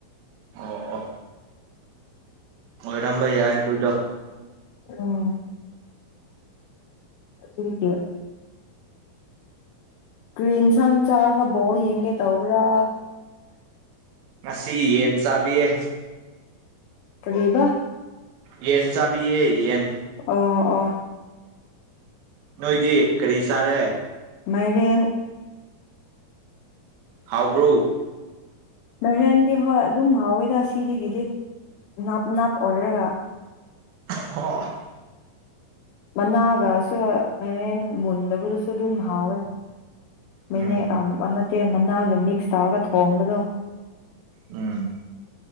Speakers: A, on the right; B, on the left.
A: ꯑꯣ ꯑꯣ ꯃꯣꯏꯔꯝꯕ ꯌꯥꯏ ꯇꯨꯗꯣ
B: ꯎꯝ ꯑꯗꯨꯒꯤ ꯀ꯭ꯔꯤ ꯏꯟꯁꯥꯡ ꯆꯥꯔꯒ ꯕꯣꯜ ꯌꯦꯡꯒꯦ ꯇꯧꯕ꯭ꯔꯥ
A: ꯉꯁꯤ ꯌꯦꯟ ꯆꯥꯕꯤꯌꯦ
B: ꯀꯔꯤꯕ
A: ꯌꯦꯟ ꯆꯥꯕꯤꯌ‌ꯦ ꯌꯦꯟ
B: ꯑꯣ ꯑꯣ
A: ꯅꯣꯏꯗꯤ ꯀꯔꯤ ꯆꯥꯔꯦ
B: ꯃꯩꯔꯦꯟ
A: ꯍꯥꯎꯕ꯭ꯔꯣ
B: ꯃꯩꯔꯦꯟꯗꯤ ꯍꯣꯏ ꯑꯗꯨꯝ ꯃꯍꯥꯎꯋꯤꯗ ꯁꯤꯗꯒꯤꯗꯤ ꯅꯥꯞ ꯅꯥꯞ ꯑꯣꯏꯔꯒ
A: <unintelligible>
B: ꯃꯅꯥꯒꯁꯨ ꯃꯩꯔꯦꯟ ꯃꯨꯟꯗꯕꯗꯨꯁꯨ ꯑꯗꯨꯝ ꯍꯥꯎꯋꯦ ꯃ‌ꯦꯅꯦꯛ
A: ꯎꯝ
B: ꯅꯠꯇꯦ ꯃꯅꯥꯒ ꯃꯤꯛꯁ ꯇꯧꯔꯒ ꯊꯣꯡꯕꯗꯣ
A: ꯎꯝ